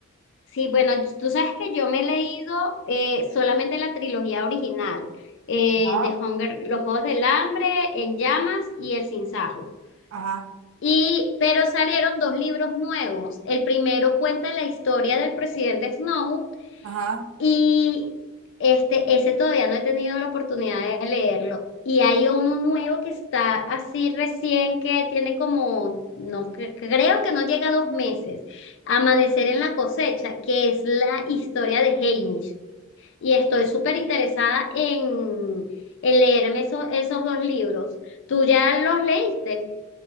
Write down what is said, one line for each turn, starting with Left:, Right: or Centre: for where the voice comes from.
Left: sí, bueno, tú sabes que yo me he leído eh, solamente la trilogía original eh,
Right: Ajá,
Left: de Hunger, Los Juegos del Hambre, En Llamas y El Sinsajo.
Right: ajá,
Left: Y, pero salieron dos libros nuevos. El primero cuenta la historia del presidente Snow
Right: ajá.
Left: Y este, ese todavía no he tenido la oportunidad de leerlo. Y hay uno nuevo que está así recién que tiene como, no cre- creo que no llega a dos meses, Amanecer en la cosecha, que es la historia de Hamish. Y estoy súper interesada en, en leerme eso- esos dos libros. ¿Tú ya los leíste?